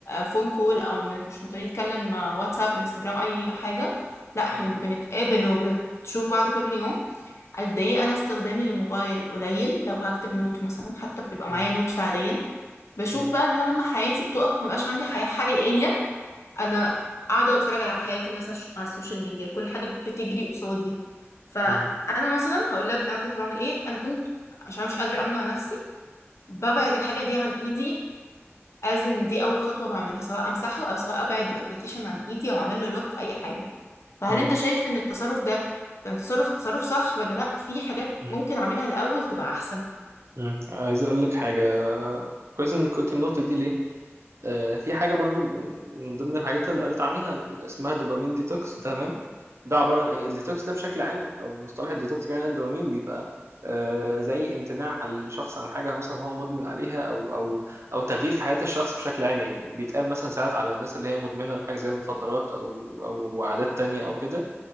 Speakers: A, on the left; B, on the right.
A: فون كول او م- مش مضطرين نتكلم آه، واتساب انستجرام اي حاجة لا احنا
B: م-
A: بنتقابل وبنشوف بعض كل يوم قد ايه انا استخدامي للموبايل قليل لو هكتب نوت مثلا حتى بيبقى
B: م-
A: معايا نوت فعليا بشوف
B: م-
A: بقى ان انا لما حياتي بتقف مبقاش عندي حياة حقيقية انا قاعده بتفرج على حياه الناس عش- على السوشيال ميديا كل حاجه بتجري قصادي فانا
B: م-
A: مثلا هقول لك انا كنت بعمل ايه انا كنت عشان أنا مش قادره امنع نفسي ببعد الحاجه دي عن ايدي از ان دي اول خطوه بعملها سواء امسحه او سواء ابعد الابليكيشن عن ايدي او اعمل له لوك اي حاجه فهل
B: م-
A: انت شايف ان التصرف ده كان تصرف تصرف صح ولا لا في حاجات
B: م-
A: ممكن اعملها الاول تبقى احسن
B: مم. عايز اقول لك حاجه كويس انك قلت النقطه دي ليه آه، في حاجه برضو من ضمن الحاجات اللي قريت عنها اسمها دوبامين ديتوكس ده تمام ده عباره عن ايه الديتوكس ده بشكل عام او مصطلح الديتوكس بمعنى الدوبامين بيبقى آه، زي امتناع الشخص عن حاجه مثلا هو مدمن عليها او او او تغيير في حياه الشخص بشكل عام يعني بيتقال مثلا ساعات على الناس اللي هي مدمنه لحاجه زي المخدرات او او عادات تانية او كده